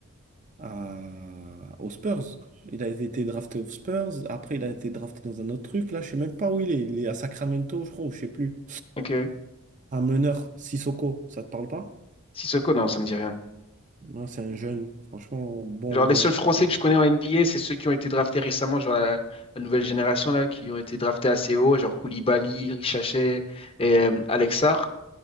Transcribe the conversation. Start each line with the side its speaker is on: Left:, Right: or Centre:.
Right: à- aux Spurs. Il avait été drafté aux Spurs. Après, il a été drafté dans un autre truc. Là, je sais même pas où il est. Il est à Sacramento, je crois, ou je sais plus.
Left: Ok.
Right: Un meneur, Sissoko, ça te parle pas?
Left: Sissoko, non, ça me dit rien.
Right: Non, c'est un jeune. Franchement, bon,
Left: Genre,
Right: bon,
Left: les seuls Français
Right: bon.
Left: que je connais en NBA, c'est ceux qui ont été draftés récemment, genre la, la nouvelle génération, là, qui ont été draftés assez haut, genre Koulibaly, Richachet et euh, Alex Sarr,